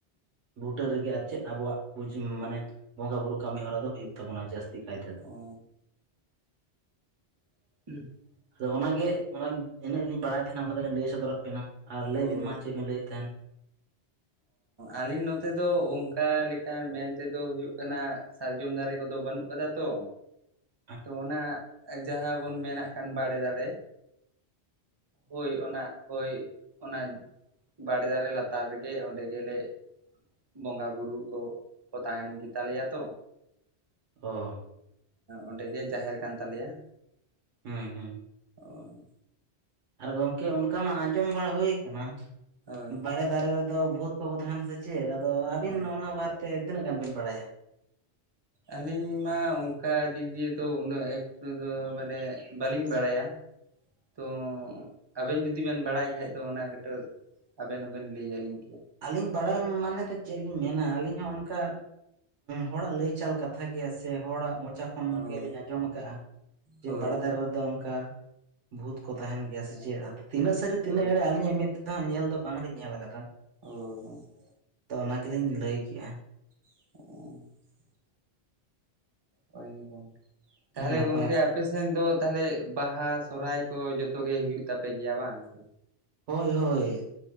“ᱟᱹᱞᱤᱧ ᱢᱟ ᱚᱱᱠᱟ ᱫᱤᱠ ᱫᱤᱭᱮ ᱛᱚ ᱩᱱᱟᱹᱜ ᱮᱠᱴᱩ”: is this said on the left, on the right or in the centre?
Right